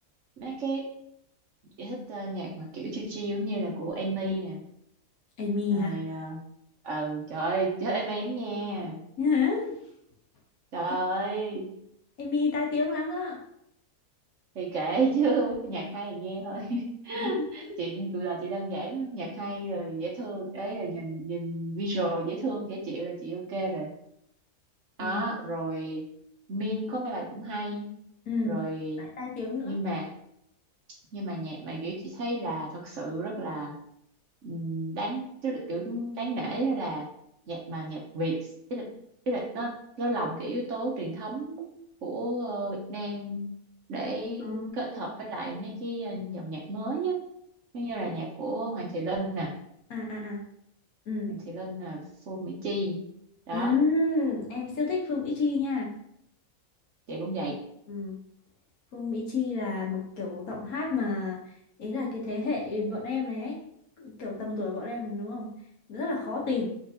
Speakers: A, on the right (about 55°); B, on the left (about 65°).
A: mấy cái chị thích ờ, nhạc mà kiểu chill chill giống như là của Amy nè
B: Amy
A: rồi
B: hả
A: ờ, ừ trời ơi chị thích Amy lắm nha
B: <laughs>
A: trời
B: Hả?
A: ơi
B: Amy tai tiếng lắm đó
A: thì kể chứ <laughs> nhạc hay thì nghe thôi
B: <laughs>
A: <laughs> chị thì cũng là chị đơn giản lắm. nhạc hay rồi dễ thương đấy là nhìn nhìn visual dễ thương dễ chịu là chị ok rồi đó
B: ừ
A: rồi Min có mấy bài cũng hay
B: ừ
A: rồi
B: lại tai tiếng nữa
A: nhưng mà nhưng mà nhạc mà kiểu chị thấy là thật sự rất là ừm, đáng tức là kiểu đáng nể đó là nhạc mà nhạc Việt tức là, tức là nó nó lồng cái yếu tố truyền thống của ờ, Việt Nam để
B: ừ.
A: kết hợp với lại mấy cái ờ, dòng nhạc mới á Giống như là nhạc của Hoàng Thị Linh nè
B: à à à ừ.
A: Hoàng Thị Linh là Phương Mỹ Chi đó
B: ừ em siêu thích phim Ichi nha
A: chị cũng vậy
B: ừ. Phương Mỹ Chi là một kiểu giọng hát mà ý là cái thế hệ bọn em này ấy, kiểu tầm tuổi bọn em đúng không? Rất là khó tìm.